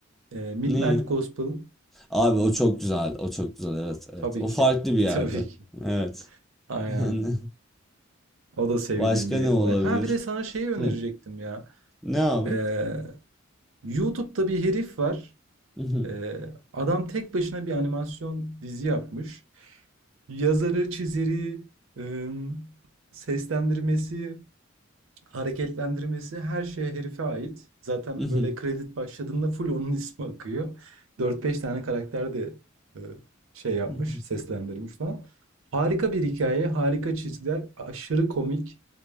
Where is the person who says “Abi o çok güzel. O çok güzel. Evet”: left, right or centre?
Centre